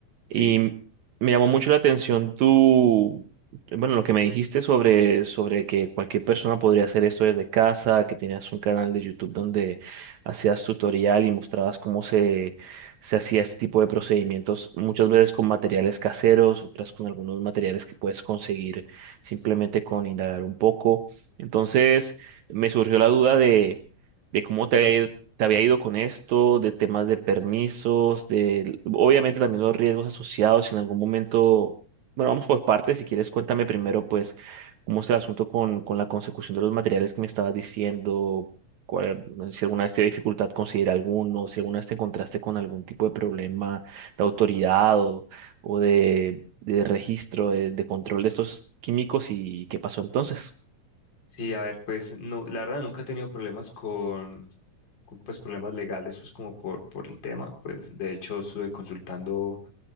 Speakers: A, on the left; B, on the right.
A: Sí,
B: y me llamó mucho la atención tu, bueno, lo que me dijiste sobre, sobre que cualquier persona podría hacer esto desde casa, que tenías un canal de YouTube donde hacías tutorial y mostrabas cómo se, se hacía este tipo de procedimientos, muchas veces con materiales caseros, otras con algunos materiales que puedes conseguir simplemente con indagar un poco. Entonces, me surgió la duda de, de cómo te había ido, te había ido con esto, de temas de permisos, de obviamente también los riesgos asociados si en algún momento. Bueno, vamos por partes. Si quieres, cuéntame primero, pues, cómo es el asunto con, con la consecución de los materiales que me estabas diciendo, cuál- si alguna vez te dio dificultad conseguir alguno, si alguna vez te encontraste con algún tipo de problema de autoridad o, o de de registro, eh, de, control de estos químicos y qué pasó entonces.
A: sí, a ver, pues no, la verdad nunca he tenido problemas con, con, pues problemas legales, pues como por, por el tema, pues de hecho estuve consultando